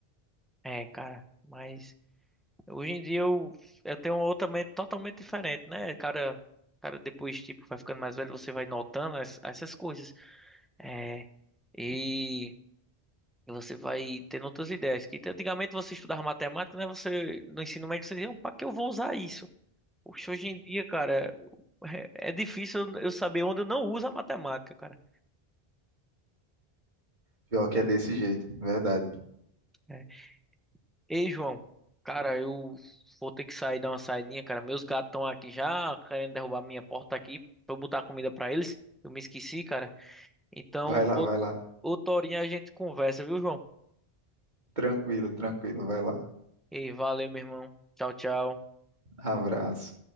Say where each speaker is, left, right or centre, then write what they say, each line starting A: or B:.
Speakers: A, in the centre; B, on the right.
A: É, cara, mas Hoje em dia eu, eu tenho uma outra mente totalmente diferente, né? Cara, cara, depois, tipo, vai ficando mais velho, você vai notando es- essas coisas. É, e você vai tendo outras ideias. Que antigamente você estudava matemática, né? Você, no ensino médio, você dizia, pra que eu vou usar isso? Poxa, hoje em dia, cara, é, é difícil eu saber onde eu não uso a matemática, cara.
B: Pior que é desse jeito, verdade.
A: É, Ei, João, cara, eu vou ter que sair dar uma saidinha, cara. Meus gatos estão aqui já querendo derrubar minha porta aqui pra eu botar comida pra eles. Eu me esqueci, cara. Então,
B: Vai
A: ou-
B: lá, vai lá.
A: outra horinha a gente conversa, viu, João?
B: Tranquilo, tranquilo, vai lá.
A: Ei, valeu, meu irmão. Tchau, tchau.
B: Abraço.